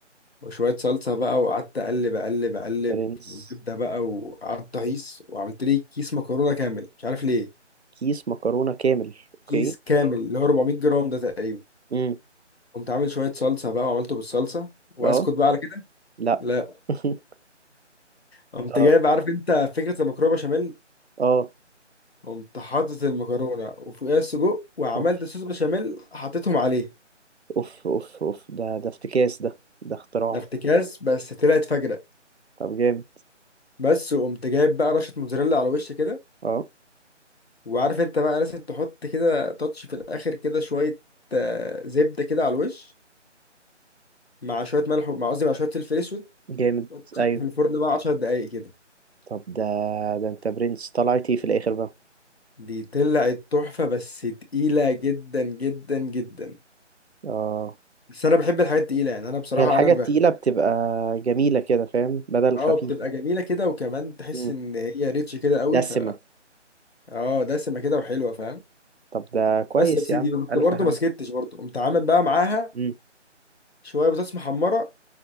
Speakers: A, on the left; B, on the right.
A: وشوية صلصة بقى وقعدت أقلب أقلب أقلب
B: برنس
A: وزبدة بقى وقعدت أهيص وعملت لي كيس مكرونة كامل مش عارف ليه
B: كيس مكرونة كامل اوكي
A: كيس كامل اللي هو 400 جرام ده تقريبا
B: امم
A: قمت عامل شوية صلصة بقى وعملته بالصلصة وأسكت
B: اه
A: بقى على كده
B: لا
A: لا
B: <laughs>
A: قمت
B: اه
A: جايب عارف أنت فكرة المكرونة بشاميل
B: اه
A: قمت حاطط المكرونة وفوقيها السجق وعملت
B: اوف
A: صوص بشاميل حطيتهم عليه
B: اوف اوف اوف ده ده افتكاس ده ده اختراع
A: ده افتكاس بس طلعت فجرة
B: طب جامد
A: بس وقمت جايب بقى رشه موتزاريلا على وش كده
B: اه
A: وعارف انت بقى لازم تحط كده تاتش في الاخر كده شويه آه، زبده كده على الوش مع شويه ملح و- مع قصدي مع شويه فلفل اسود
B: جامد
A: وتسيبها
B: ايوه
A: في الفرن بقى 10 دقايق كده
B: طب ده ده انت برنس طلعت ايه في الاخر بقى
A: دي طلعت تحفه بس تقيله جدا جدا جدا
B: اه
A: بس انا بحب الحاجات التقيله يعني انا بصراحه
B: هي الحاجة
A: انا بح...
B: التقيلة بتبقى جميلة كده فاهم بدل
A: اه
B: خفيفة
A: بتبقى جميله كده وكمان تحس
B: مم.
A: ان هي ريتش كده قوي
B: دسمة
A: ف اه دسمه كده وحلوه فاهم
B: طب ده كويس
A: بس يا سيدي
B: يا عم
A: قمت
B: ألف
A: برضه
B: هنا
A: ما سكتش برضه قمت عامل بقى معاها
B: مم.
A: شويه بطاطس محمره